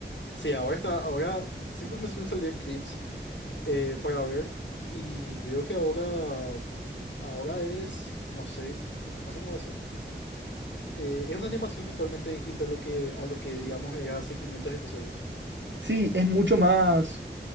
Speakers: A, on the left; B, on the right.
A: Sí, ahora está, ahora siempre me suelen salir clips eh, para ver y veo que ahora, ahora es, no sé, no sé cómo decir. Eh, es una animación totalmente distinta a lo que, a lo que digamos era hace 500 episodios.
B: Sí, es mucho más.